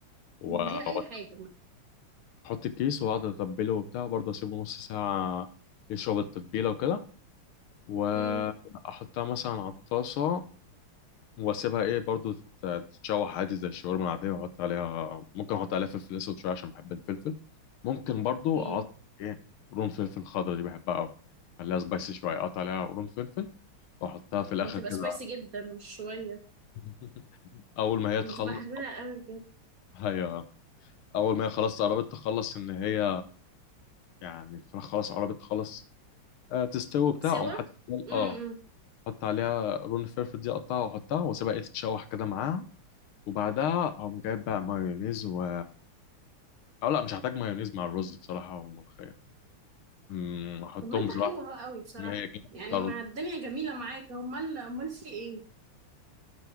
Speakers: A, on the left (about 75°); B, on the right (about 50°).
A: واحط
B: من غير اي حاجه
A: الكيس واقعد اتبله وبتاع وبرضه اسيبه نص ساعه يشرب التتبيله وكده واحطها
B: امم
A: مثلا على الطاسه واسيبها ايه برضو تت- تتشوح عادي زي الشاورما العاديه واحط عليها ممكن احط عليها فلفل اسود شويه عشان بحب الفلفل ممكن برضو
B: امم
A: احط ايه قرون فلفل خضرا دي بحبها قوي خليها سبايسي شويه اقطع عليها قرون فلفل واحطها في الاخر
B: بتبقى
A: كده
B: سبايسي جدا مش شويه
A: <laughs> اول ما هي
B: بتبقى
A: تخلص
B: حراقه قوي بجد.
A: هي اول ما هي خلاص قربت تخلص ان هي يعني الفراخ خلاص قربت تخلص آه، تستوي بتاع
B: سوا
A: اقوم حط
B: امم
A: اه حط عليها قرون الفلفل دي اقطعها واحطها واسيبها ايه تتشوح كده معاها وبعدها اقوم جايب بقى مايونيز و اه لا مش هحتاج مايونيز مع الرز بصراحة والملوخية أمم، احطهم
B: طب ما انت
A: بصراحة
B: حلوه اهو قوي بصراحه
A: زي ما هي كده
B: يعني
A: احطها رز
B: ما الدنيا جميله معاك امال امال في ايه